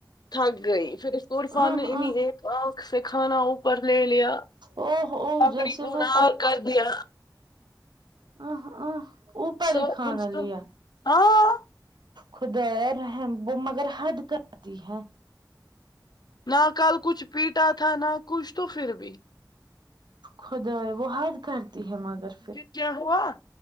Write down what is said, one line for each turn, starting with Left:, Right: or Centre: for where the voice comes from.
Left: تھک گئی پھر اس کو عرفان
Right: آہ
Left: نے انہیں
Right: آہ
Left: ایک ہاتھ سے کھانا اوپر لے لیا
Right: اوہ اوہ
Left: ککڑی
Right: جیسے
Left: دھونا
Right: وہ
Left: کر دیا
Right: اه اہ اوپر
Left: سب
Right: ہی کھانا
Left: کچھ تو
Right: لیا
Left: ہاں
Right: خدایا رحم مگر حد کردی ہے
Left: نہ کل کچھ پیٹا تھا نہ کچھ تو پھر بھی
Right: خدا یا وہ حد کرتی ہے مگر
Left: پھر کیا ہوا